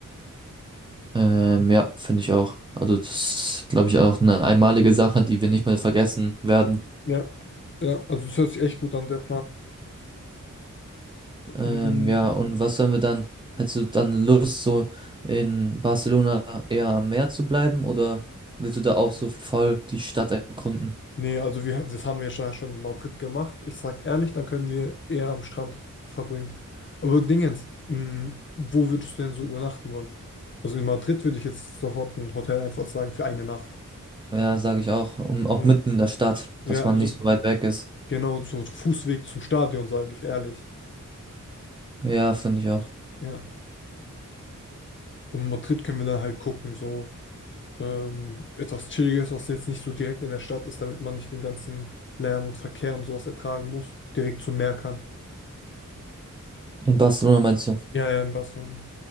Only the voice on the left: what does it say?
Ja. Ja, also es hört sich echt gut an, der Plan.
Mm,
Nee, also wir, das haben wir ja schon schon in Madrid gemacht. Ich sag ehrlich, dann können wir eher am Strand verbringen. Aber Dingens, mm, wo würdest du denn so übernachten wollen? Also in Madrid würde ich jetzt sofort ein Hotel einfach sagen für eine Nacht.
Ja,
ja,
also
genau so Fußweg zum Stadion, sage ich ehrlich.
Ja. Und Madrid können wir dann halt gucken, so ähm, etwas Chilliges, was jetzt nicht so direkt in der Stadt ist, damit man nicht den ganzen Lärm und Verkehr und sowas ertragen muss. Direkt zum Meer kann.
Ja, ja, in Barcelona.